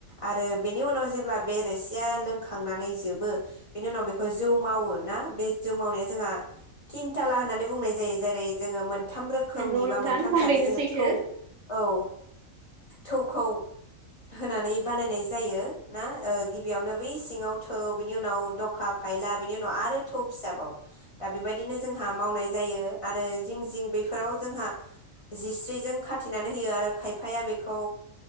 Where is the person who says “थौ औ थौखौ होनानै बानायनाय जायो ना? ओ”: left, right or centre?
Left